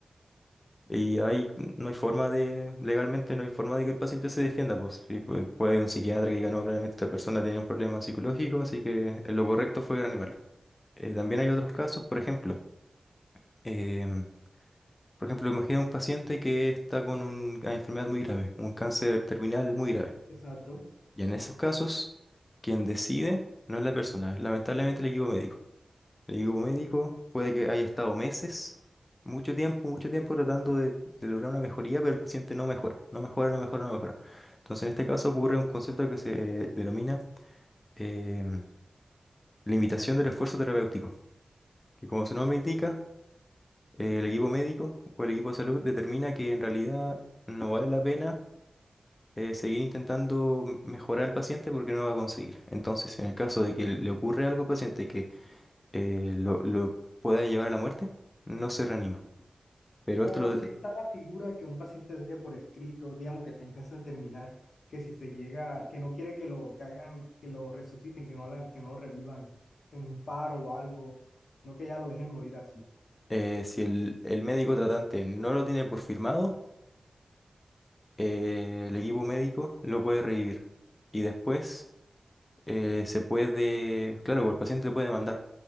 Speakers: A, on the left (about 25°); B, on the left (about 80°).
A: Y ahí no hay forma de, legalmente no hay forma de que el paciente se defienda, pues. Y pu- puede, haber un psiquiatra que diga, no, claramente esta persona tenía un problema psicológico, así que eh, lo correcto fue reanimarlo. Eh, también hay otros casos, por ejemplo, em, por ejemplo, imagina un paciente que está con un- una enfermedad muy grave, un cáncer terminal muy grave.
B: exacto.
A: Y en esos casos, quien decide no es la persona, es lamentablemente el equipo médico. El equipo médico puede que haya estado meses, mucho tiempo, mucho tiempo tratando de, de lograr una mejoría, pero el paciente no mejora, no mejora, no mejora, no mejora. Entonces, en este caso ocurre un concepto que se eh, denomina em, limitación del esfuerzo terapéutico, que como su nombre indica, eh, el equipo médico o el equipo de salud determina que en realidad no vale la pena eh, seguir intentando m- mejorar al paciente porque no va a conseguir. Entonces, en el caso de que le ocurre algo al paciente que eh, lo lo pueda llevar a la muerte, no se reanima. Pero
B: Pero
A: esto, lo-
B: si está la figura que un paciente deje por escrito, digamos que está en casa terminal, que si se llega, que no quiere que lo que hagan, que lo resuciten, que no hagan, que no lo revivan en un paro o algo, no que ya lo dejen morir así.
A: eh, si el, el médico tratante no lo tiene por firmado, eh, el equipo médico lo puede revivir. Y después eh, se puede, claro, pues el paciente puede demandar,